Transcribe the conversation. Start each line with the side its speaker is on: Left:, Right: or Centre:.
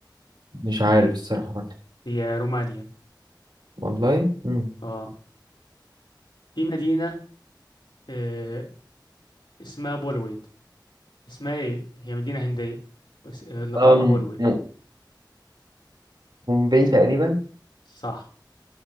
Right: مش عارف الصراحة برضه
Left: هي رومانيا
Right: والله امم
Left: اه في مدينة إيه، اسمها بولويد اسمها ايه هي مدينة هندية بس آه، لقبها
Right: أم
Left: بولويد
Right: م- مومباي تقريبا
Left: صح